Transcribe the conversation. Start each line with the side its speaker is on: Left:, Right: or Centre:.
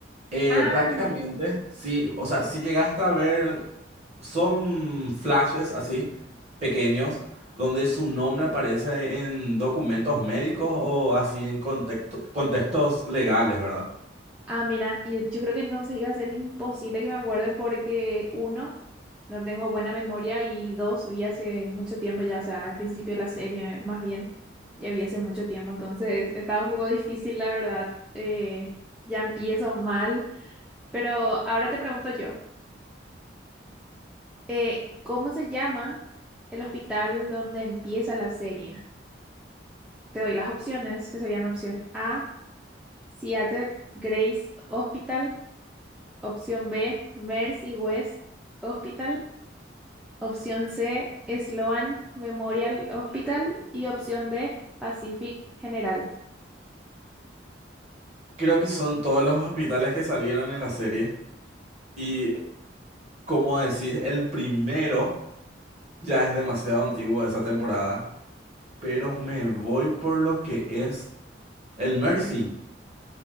Right: Eh,
Centre: Ah.
Right: prácticamente, sí, o sea, si llegaste a ver Son flashes así, pequeños, donde su nombre aparece en documentos médicos o así en contexto- contextos legales, ¿verdad?
Centre: Ah, mira, y yo creo que entonces iba a ser imposible que me acuerde porque uno, no tengo buena memoria y dos, vi hace mucho tiempo ya, o sea, al principio de la serie más bien, ya vi hace mucho tiempo, entonces estaba un poco difícil la verdad, eh, ya empiezo mal, pero ahora te pregunto yo, eh, ¿cómo se llama el hospital donde empieza la serie? Te doy las opciones, que serían opción A, Seattle Grace Hospital. Opción B, Mercy West Hospital. Opción C, Sloan Memorial Hospital. Y opción D, Pacific General.
Right: Creo que son todos los hospitales que salieron en la serie. Y como decís, el primero ya es demasiado antiguo de esa temporada. Pero me voy por lo que es el Mercy.